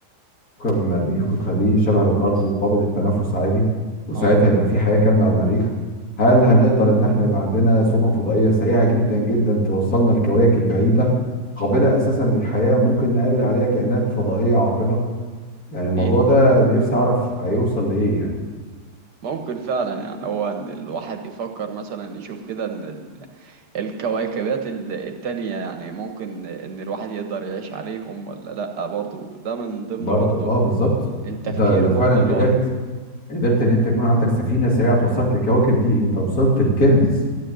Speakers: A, on the left; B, on the right.
A: كوكب المريخ وتخليه شبه الأرض وقابل للتنفس عادي وساعتها
B: اه
A: يبقى في حياة كاملة على المريخ هل هنقدر إن احنا يبقى عندنا سفن فضائية سريعة جدا جدا توصلنا لكواكب بعيدة قابلة أساسا للحياة ممكن نقابل عليها كائنات فضائية عاقلة يعني الموضوع
B: اكيد
A: ده نفسي أعرف هيوصل لإيه يعني
B: ممكن فعلا يعني هو ان الواحد يفكر مثلا يشوف كده ان ال... الكواكبات ال- التانية يعني ممكن ان الواحد يقدر يعيش عليهم ولا لا برضه ده من ضمن
A: برضو
B: برضه
A: اه بالظبط
B: التفكير
A: انت لو
B: برضه
A: فعلا
B: اللي
A: قدرت
B: هو
A: قدرت ان انت يكون عندك سفينه سريعه توصلك للكواكب دي انت وصلت الكنز